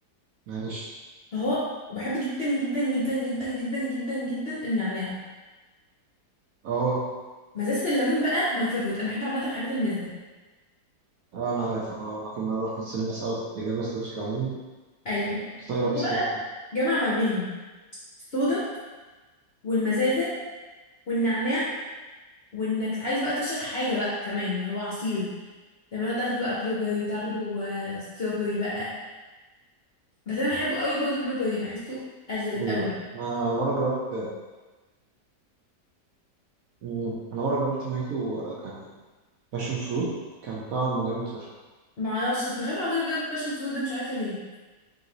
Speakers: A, on the right (about 65°); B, on the left (about 50°).
A: ماشي
B: فهو وبحب جدا جدا جدا جدا جدا جدا جدا النعناع
A: أه
B: مزازة الليمون بقى ماي فيفورت انا بحب عامه الحاجات المزة
A: أه أنا عارف أه كنا رحنا السينما سوا كنت جايبة سلاش ليمون
B: ايوه
A: فطايرة
B: فهو
A: بيه السما
B: بقى جمع ما بين الصودا والمزازه والنعناع وانك عايز بقى تشرب حاجه بقى كمان اللي هو عصير لما تاخده بقى بلو بيري تاخده آه، ستروبري بقى بس انا بحبه قوي برضه بلو بيري بحسه ألذذ
A: أيوه
B: قوي بقى
A: أنا مرة جربت مم. انا مره جربت مojito آه، كان باشن فروت كان طعمه جامد فشخ
B: ما اعرفش كنت بخاف على طول اجرب باشن فروت ده مش عارفه ليه